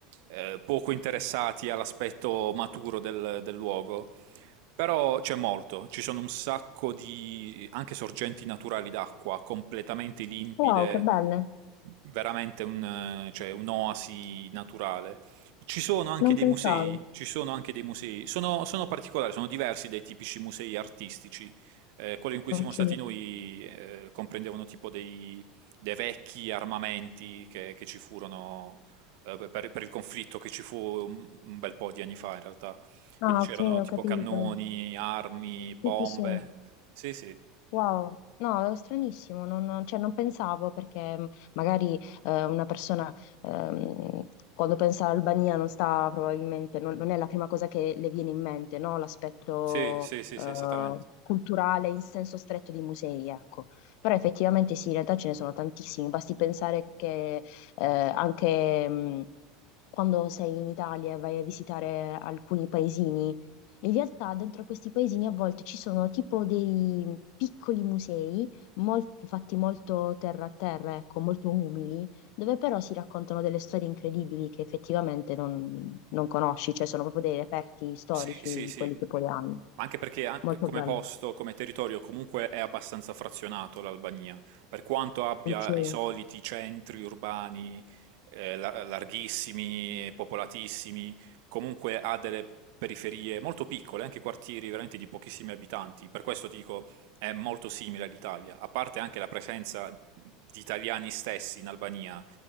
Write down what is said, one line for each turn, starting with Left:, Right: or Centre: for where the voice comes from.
Right: ehm, poco interessati all'aspetto maturo del del luogo, però c'è molto. Ci sono un sacco di anche sorgenti naturali d'acqua completamente limpide,
Left: Wow, che belle,
Right: veramente un, eh, cioè, un'oasi naturale. Ci sono anche
Left: non
Right: dei
Left: pensavo.
Right: musei, ci sono anche dei musei, sono, sono particolari, sono diversi dai tipici musei artistici. Eh, quello in cui
Left: Ok,
Right: siamo stati noi eh, comprendevano tipo dei, dei vecchi armamenti che, che ci furono eh, per, per il conflitto che ci fu un, un bel po' di anni fa in realtà.
Left: Ah,
Right: Quindi c'erano
Left: ok, ho
Right: tipo
Left: capito.
Right: cannoni, armi, bombe.
Left: Sì, sì, sì.
Right: Sì, sì,
Left: Wow, no, è stranissimo, non, cioè, non pensavo perché mh, magari eh, una persona ehm, quando pensa all'Albania non sta probabilmente, non, non è la prima cosa che le viene in mente, no? L'aspetto
Right: sì, sì, sì,
Left: eh,
Right: sì, esattamente.
Left: culturale in senso stretto dei musei, ecco. Però effettivamente sì, in realtà ce ne sono tantissimi, basti pensare che eh, anche... mh, Quando sei in Italia e vai a visitare alcuni paesini, in realtà dentro questi paesini a volte ci sono tipo dei piccoli musei, mol- fatti molto terra a terra, ecco, molto umili, dove però si raccontano delle storie incredibili che effettivamente non, non conosci, cioè sono proprio dei reperti storici,
Right: Sì, sì, sì.
Left: quelli che poi hanno.
Right: Anche perché an-
Left: Molto
Right: come
Left: bello,
Right: posto, come territorio, comunque è abbastanza frazionato l'Albania, per quanto abbia
Left: Ok.
Right: i soliti centri urbani eh, la- larghissimi, popolatissimi, comunque ha delle periferie molto piccole, anche quartieri veramente di pochissimi abitanti. Per questo dico, è molto simile all'Italia, a parte anche la presenza di italiani stessi in Albania